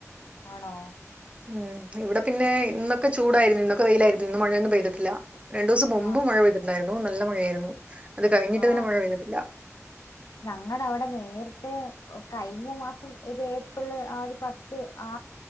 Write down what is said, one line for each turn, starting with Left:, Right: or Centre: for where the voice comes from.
Left: ആണോ
Right: ഉം ഇവിടെ പിന്നെ ഇന്നൊക്കെ ചൂടായിര്ന്നു ഇന്നൊക്കെ വെയിലായിരുന്നു ഇന്ന് മഴയൊന്നും പെയ്തിട്ടില്ല രണ്ടു ദിവസം മുമ്പ്
Left: ആ
Right: മഴ പെയ്തിട്ട്ണ്ടായിരുന്നു നല്ല മഴയായിരുന്നു അത് കഴിഞ്ഞിട്ട്
Left: ആ
Right: പിന്നെ മഴ പെയ്തിട്ടില്ല
Left: ഞങ്ങടെ അവടെ നേരത്തെ ഓ കഴിഞ്ഞ മാസം ഒരു ഏപ്രില് ആ ഒരു പത്ത് ആ